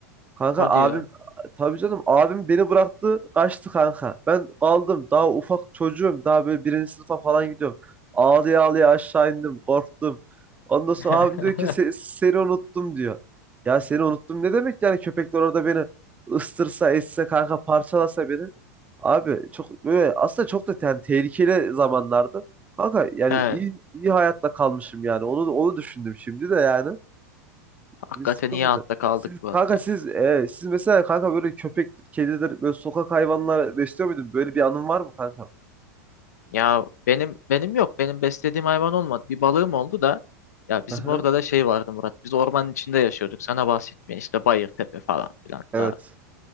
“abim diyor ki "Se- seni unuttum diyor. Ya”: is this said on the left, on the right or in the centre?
Right